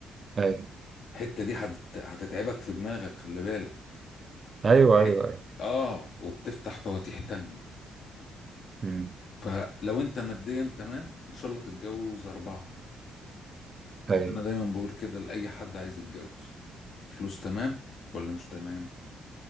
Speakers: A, on the right; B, on the left.
A: اي
B: الحتة دي هتت- هتتعبك في دماغك خلي بالك
A: ايوه
B: الحت...
A: ايوه ايوه
B: اه وبتفتح فواتيح تانية
A: مم.
B: فلو انت ماديا تمام ان شاء الله تتجوز أربعة
A: اي
B: انا دايما بقول كده لأي حد عايز يتجوز الفلوس تمام ولا مش تمام